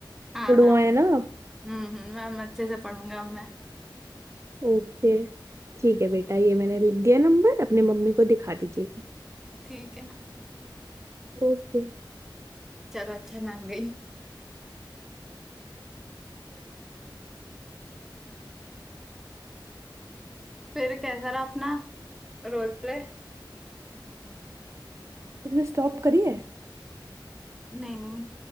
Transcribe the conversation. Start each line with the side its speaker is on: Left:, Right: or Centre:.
Centre: हाँ
Right: गुड़ुआ
Centre: हाँ
Right: है ना आप
Centre: हम्म हम्म मैम अच्छे से पढ़ूंगा अब मैं
Right: ओके ठीक है बेटा ये मैंने लिख दिया नंबर अपने मम्मी को दिखा दीजिएगा
Centre: ठीक है
Right: ओके
Centre: चलो अच्छा मान गई फिर कैसा रहा अपना रोल प्ले
Right: तुमने स्टॉप करी है
Centre: नहीं नहीं